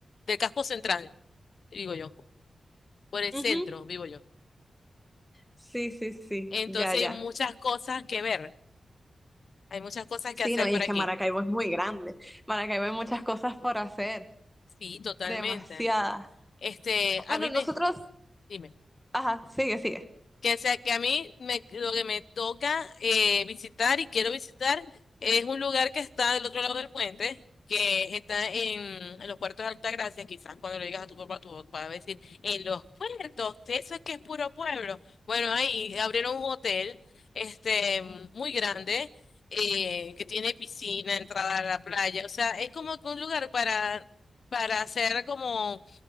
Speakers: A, on the left (about 65°); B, in the centre.
A: del casco central, digo yo, por el
B: Ujú.
A: centro vivo yo.
B: Sí, sí, sí,
A: Entonces,
B: ya, ya.
A: hay muchas cosas que ver, hay muchas cosas
B: Sí,
A: que hacer
B: no, y
A: por
B: es
A: aquí.
B: que Maracaibo es muy grande. Maracaibo hay muchas cosas por hacer.
A: Sí, totalmente.
B: Demasiada.
A: Este, a
B: Bueno,
A: mí
B: nosotros,
A: me, dime.
B: ajá, sigue, sigue.
A: que sea que a mí me, lo que me toca eh, visitar y quiero visitar es un lugar que está del otro lado del puente, que está en, en los puertos de Altagracia, quizás cuando le digas a tu papá, tu papá va a decir, en los puertos, eso es que es puro pueblo. Bueno, ahí abrieron un hotel este, muy grande. eh, que tiene piscina, entrada a la playa, o sea, es como que un lugar para, para hacer como